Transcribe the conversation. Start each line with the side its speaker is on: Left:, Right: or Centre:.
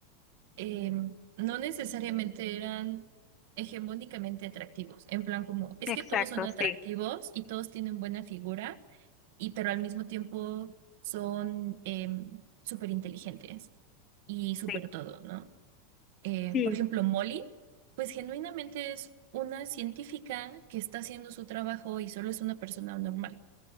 Right: em, no necesariamente eran hegemónicamente atractivos, en plan como, es
Left: Exacto,
Right: que todos son atractivos
Left: sí,
Right: y todos tienen buena figura, y pero al mismo tiempo son súper inteligentes y súper
Left: sí,
Right: todo, ¿no? Eh,
Left: sí.
Right: por ejemplo, Molly, pues genuinamente es una científica que está haciendo su trabajo y solo es una persona normal.